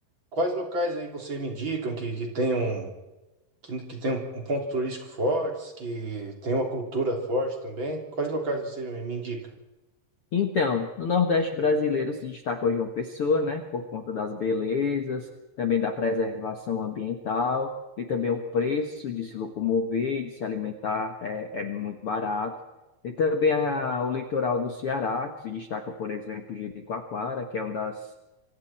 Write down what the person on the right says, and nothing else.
quais locais aí você me indicam que que tenham Que, que tem um, um ponto turístico forte, que tem uma cultura forte também. Quais locais você me me indica?